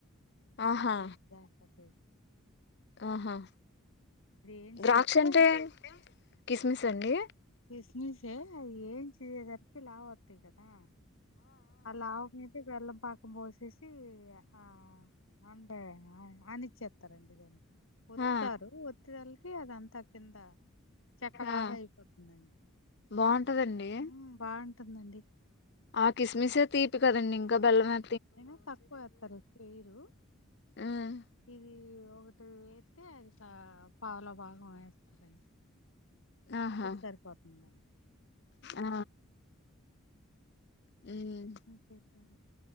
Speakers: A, on the left; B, on the left.
A: ఆహా
B: చే బస్
A: ఆహా
B: ఏం
A: ద్రాక్ష
B: చేస్తే
A: అంటే కిస్మిస్ అండి
B: కిస్మిసే అది ఏం చేయేదరికి లావు అవుతివి కదా ఆ లావు మీది వెల్ళం పా కుం పోసేసి ఆ అంటే ఆనిచ్చేత్తారండి దాన్ని ఒత్తుత్తారు
A: ఆ
B: ఒత్తేదాల్కి అదంతా కింద చెక్కలాగా
A: ఆ
B: అయిపోతుందండి
A: బాగుంటదండి
B: ఉమ్ బావుంటుందండి
A: ఆ కిస్మిస్ ఏ తీపి కదండి ఇంకా బెల్లమే
B: ఐనా తక్కువేత్తారు ఎక్కువేయరు
A: హ్మ్
B: ఇది ఒకటి ఏత్తే అది పావలా భాగం వేస్తారం
A: ఆహా
B: అప్పుడు సరిపోతుంది మనకి
A: ఆ హ్మ్
B: ఇంకేటిదండి